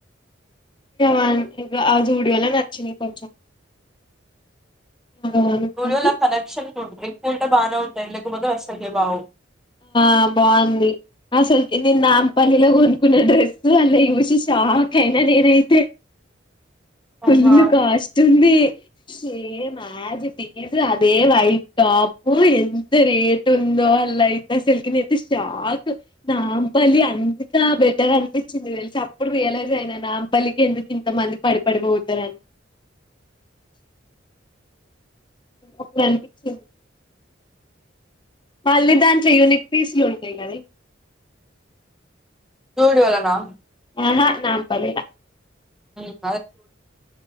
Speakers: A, on the left; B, in the centre.
A: ఇ ఆ జూడియోలా నచ్చంది కొంచెం ఇగ కొనుక్కొని
B: స్టూడియోల కనెక్షన్ ఎక్కువ ఉంటే బాగానే ఉంటాయి లేక పోతే అస్సలకి బాగోవ్
A: ఆ బాగుంది అసలు నేను నాంపల్లిలో కొనుకున్న డ్రెస్ అలా చూసి షాక్ అయినా నేనైతే
B: అవునా
A: పుల్లుు కాస్ట్ ఉంది సేమ్ ఆజ్ టీజ్ అదే వైట్ టాప్ ఎంత రేట్ ఉందో వాళ్ళు అసలికి నేను అయితే షాక్ నాంపల్లి అంత బెటర్ అనిపించింది తెలిసి అప్పుడు అపుడు రియలైజ్ అయిన నాంపల్లికి ఎందుకు ఇంతమంది పడిపడిపోతారుని అప్పుడు అనిపించింది మళ్ళీ దాంట్లో యూనిక్ పీసులు ఉంటాయి కదా
B: జూడియో లో నా
A: ఆహా నాంపల్లి ల
B: అ